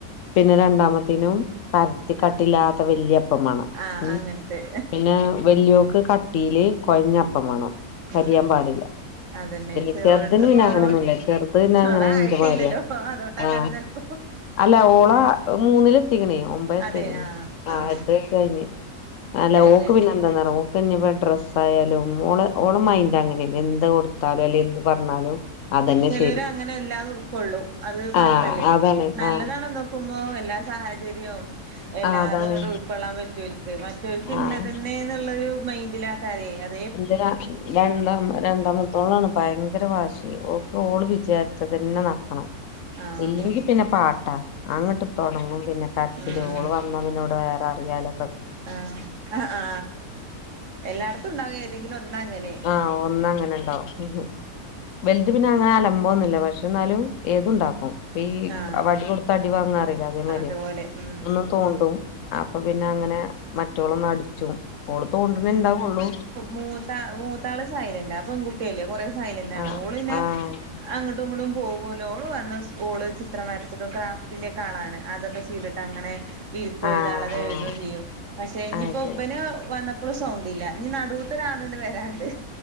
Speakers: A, on the left; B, on the right.
A: പിന്നെ രണ്ടാമത്തീനും പരത്തി ക
B: ആ
A: ട്ടില്ലാത്ത വല്യപ്പം മാണം
B: ആഹ്
A: ഉം
B: അങ്ങനത്തെ
A: പിന്നേ വല്യോക്ക് കട്ടീല് കൊഴഞ്ഞപ്പം മാണം കരിയാൻ
B: ഉം
A: പാടില്ല
B: അതന്നെ
A: ല്ലൃ ചെറുദിന്
B: ഓരോരുത്തർക്കും
A: പിന്നെ അങ്ങനൊന്നുല്ല
B: ഓരോ
A: ചെറുത്പിന്നെ അങ്ങനെ
B: അതായിട്ടില്ലല്ലോ
A: ന്റെ മാരിയാ
B: അതോട്ടാക്കാരം
A: ആ
B: ചെലപ്പോ
A: അല്ല ഓള മൂന്നിലെത്തിക്ക്ണേ ഒമ്പയസ്സായിക്ക്ണ്
B: അതെ ആഹ്
A: ആ
B: ആഹ്
A: എട്ട് വയസ്സ് കഴിഞ്ഞ് അല്ല
B: അത്
A: ഓക്ക്
B: ശരി
A: പിന്നെ എന്താ കഴിപ്പോ ഡ്രസ്സ് ആയാലുംഓള് ഓള് മൈൻഡ് അങ്ങനെയ എന്ത് കൊടുത്താലും അല്ല എ പറഞ്ഞാലും. അതന്നെ
B: ചിലോര്
A: ശരി
B: അങ്ങനെ അല്ലാതും ഉടുക്കള്ളൂ അത് കുഴപ്പലൊ
A: ആഹ് അതാണ്
B: നല്ലതാണ
A: ആഹ്
B: എന്തോ ക്കുമ്പോ എല്ലാ സാഹചര്യവും എല്ലാതും
A: ആഹ് അതാണ്
B: അങ്ങടെ ഉൾക്കൊള്ളാൻ പറ്റൂൽക്ക് മറ്റ പിന്ന
A: ആഹ്
B: തന്നെ എന്നുള്ളരു മൈൻഡില ആക്കരെ അത
A: എന്റെ രണ്ടാമ രണ്ടാമത്തോളണ് ഭയങ്കര വാശി ഓൾക്ക് ഓള് വിചാരിച്ചത് നെ നടക്കണം.
B: ആഹ്
A: ഇല്ലെങ്കി പിന്നെ പാട്ടാ അങ്ങോട്ട് തൊട പിന്നെ കരച്ചില്
B: ഉം
A: ഒള് വന്നാ പിന്നെ ഇവിടെ വേറെ അറിയാലോ
B: ആഹ ആ എല്ലായിടത്തും ഉണ്ടാവുക ഏതെങ്കിലും ഒന്ന അങ്ങനെ
A: ആഹ ഒന്ന് അങ്ങനെ ഉണ്ടാവും വലുത്
B: ഉം
A: പിന്നെ അങ്ങനെ അലമ്പോന്നില്ല പക്ഷെ നലും ഏതുണ്ടാക്കും ഈ
B: ആഹ്
A: വടികൊടുത്ത് അടി വാങ്ങാ അല്ല അതേ മതി
B: അതുപോലെ ഉം
A: ഒന്നും തോണ്ടും അപ്പൊ പിന്നെ അങ്ങനെ മറ്റോള് ന് അടിചും. ഓള് തോണ്ടണ് ഇണ്ടാവു കൊള്ളൂ.
B: മൂത്താ മൂത്താള് സൈലന്റ് ആ പെൺകുട്ടിയല്ലേ കൊറെ സൈലന്റ് ആണ്
A: ആഹ്
B: ഓള് പിന്നെ.
A: ആഹ്
B: അങ്ങോട്ടും ഇങ്ങോട്ടും പോകുമലോ വന്ന സ്കുള് ഓള് ചിത്രംരച്ചതും ക്രാഫ്റ്റിന്റെ ഒക്കാ ആളാണ് അതൊക്കെ ചെയ്തിട്ട് അങ്ങനെ ഇരിക്കും
A: ആഹ്
B: എഴുത
A: ആഹ്
B: അളത് എഴുതും ചെയ്യും. പക്ഷെ ഇനിപ്പോ
A: ആഹ് അത് ശരി
B: ഒബന് വന്ന അപ്പളും സൗണ്ട്ല്ല ഇ നടുത്ത ഒരള്ണ്ട് വരണ്ട്